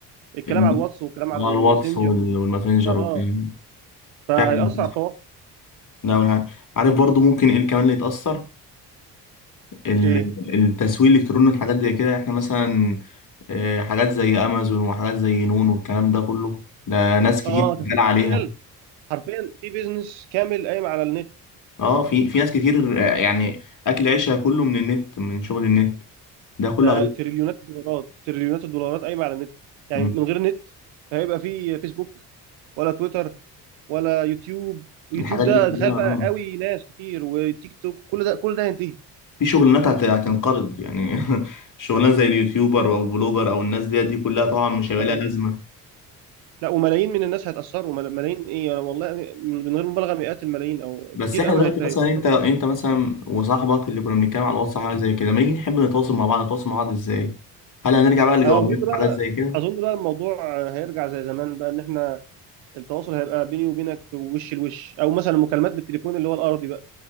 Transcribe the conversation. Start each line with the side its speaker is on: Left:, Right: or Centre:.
Right: الكلام
Left: النت،
Right: على الواتس والكلام على
Left: اه
Right: الماسنجر
Left: الواتس وال-
Right: وال-
Left: والماسنجر
Right: اه
Left: والكلام
Right: فهيأثر
Left: فعلا
Right: على
Left: صح
Right: التواصل
Left: ده اول حاجة عارف برضو ممكن ايه كمان اللي يتأثر ال-
Right: ايه
Left: التسويق الالكتروني والحاجات زي كده احنا مثلا آه، حاجات زي امازون وحاجات زي نون والكلام ده كله ده ناس كتير
Right: اه
Left: شغال عليها
Right: تخيل حرفيا في بيزنس كامل قايم على النت
Left: اه في في ناس كتير آه، يعني اكل عيشها كله من النت من شغل النت ده كله
Right: ده تريليونات الدولارات تريليونات الدولارات قايمه على النت يعني
Left: هيبقى
Right: من غير نت هيبقى في فيسبوك ولا تويتر ولا يوتيوب ويوتيوب
Left: الحاجات
Right: ده
Left: دي كلها
Right: تخيل بقى
Left: اه
Right: قوي ناس كتير وتيك توك كل ده كل ده هينتهي
Left: في شغلانات هت- هتنقرض يعني <laughs> شغلانه زي اليوتيوبر او البلوجر او الناس دي دي كلها طبعا مش هيبقى
Right: آه.
Left: لها لازمه
Right: لا وملايين من الناس هيتأثروا مل- ملايين ايه انا والله من من غير مبالغه مئات الملايين او
Left: بس
Right: كتير
Left: احنا
Right: قوي
Left: دلوقتي
Right: هيت- هيتأثروا
Left: مثلا انت لو انت مثلا وصاحبك اللي كنا بنتكلم على الواتس حاجه زي كده لما نيجي نحب نتواصل مع بعض نتواصل مع بعض ازاي هل هنرجع بقى لجوابات
Right: انا اظن
Left: وحاجات
Right: بقى
Left: زي كده
Right: اظن بقى الموضوع هيرجع زي زمان بقى ان احنا التواصل هيبقى بيني وبينك وش لوش او مثلا مكالمات بالتليفون اللي هو الارضي بقى